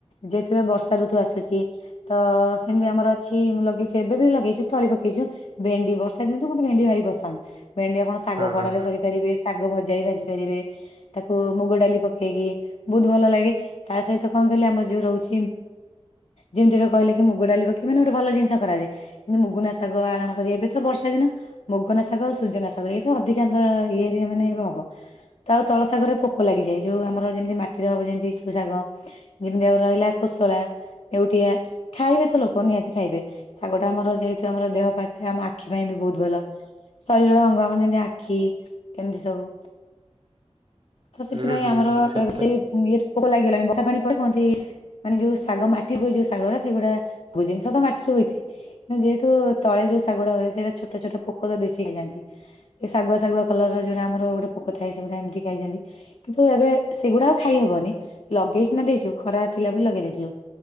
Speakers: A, on the left; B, on the right.
A: ଯେହେତୁ ଏବେ ବର୍ଷା ଋତୁ ଆସୁଚି। ତ ସେମିତି ଆମର ଅଛି ମୁଁ ଲଗେଇଛୁ ଏବେ ବି ଲଗେଇଛୁ ତଳି ପକେଇଛୁ ଭେଣ୍ଡି, ବର୍ଷା ଦିନେ ତ ମୋତେ ଭେଣ୍ଡି ଭାରି ପସନ୍ଦ, ଭେଣ୍ଡି ଆପଣ ଶାଗ
B: ହଁ
A: ଖଡାରେ
B: ହଁ।
A: କରିପାରିବେ ଶାଗ ଭଜା ବି ଭାଜି ପାରିବେ। ତାକୁ ମୁଗ ଡାଲି ପକେଇକି ବହୁତ ଭଲ ଲାଗେ ତା ସହିତ କଣ କହିଲେ ଆମର ଯୋଉ ରହୁଛି ଯେମିତି ଏବେ କହିଲେ କି ମୁଗ ଡାଲି ପକେଇକି ମାନେ ଗୋଟେ ଭଲ ଜିନିଷ କରାଯାଏ କିନ୍ତୁ ମୁୁଗୁନା ଶାଗ ଆଣ ଏବେ ତ ବର୍ଷା ଦିନ, ମୋଗନା ଶାଗ ସୁଜନା ଶାଗ ଆଉ ଏ ଅଧିକାଂଶ ଇଏ ମାନେ ଏବେ ହବ, ତ ଆଉ ତଳଶାଗରେ ପୋକ ଲାଗିଯାଏ ଯୋଉ ଆମର ଯେମିତି ମାଟିରେ ହେବ ଏମିତି ସବୁ ଶାଗ, ଯେମିତି ଆଉ ରହିଲା କୋଶଳା ଲେଉଟିଆ ଖାଇବେ ତ ଲୋକ ନିହାତି ଖାଇ ବେ, ଶାଗଟା ଆମର ଯେହେତୁ ଆମ ଦେହପା <inaudible> ଆମ ଆଖି ପାଇଁ ବି ବହୁତ ଭଲ, ଶରୀରର ଅଙ୍ଗ ଆମର ଯେମତି ଆଖି ଏମିତି ସବୁ ତ ସେଥିପାଇଁ
B: ହୁଁ
A: ଆମର
B: ସେତେ
A: ଏବେ ସେଇ ଇଏରୁ ପୋକ ଲାଗିଗଲାଣି ବର୍ଷା ପାଣି <unintelligible> ମାନେ ଯୋଉ ଶାଗ ମାଟି ହୁଏ ଯୋଉ ଶାଗଗୁରା ସେଗୁଡା ସବୁ ଜିନିଷ ତ ମାଟିଠୁ <inaudible> ଯେହେତୁ ତଳେ ଯୋଉ ଶାଗଗୁଡା ହୁଏ ସେଟା ଛୋଟ ଛୋଟ ପୋକ ତ ବେଶୀ ଖାଇଯାଆନ୍ତି ସେ ଶାଗ <inaudible> ଶାଗୁଆ କଲର ଯୋଉ ଯୋଉଟା ଆମର ଗୋଟେ ପୋକ ଥାଏ ସେଗୁରା ଏମତି ଖାଇଯାଆନ୍ତି, କିନ୍ତୁ ଏବେ ସେଗୁଡା ଆଉ ଖାଇହବନି। ଲଗେଇ ସିନା ଦେଇଛୁ ଖରା ଥିଲା ବୋଲି ଲଗେଇ ଦେଇଥିଲୁ।